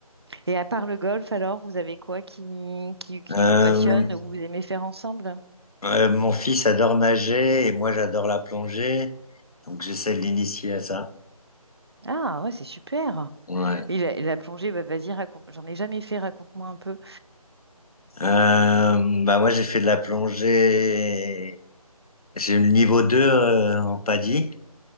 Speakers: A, on the right; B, on the left.
A: Et à part le golf, alors, vous avez quoi qui, qui, qui
B: Euh,
A: vous passionne ou vous aimez faire ensemble?
B: euh, mon fils adore nager et moi j'adore la plongée. Donc j'essaie de l'initier à ça.
A: Ah, ouais, c'est super.
B: Ouais.
A: Et la, et la plongée, bah, vas-y, raconte. J'en ai jamais fait, raconte-moi un peu.
B: Euh, bah moi j'ai fait de la plongée. J'ai le niveau 2 euh, en paddy,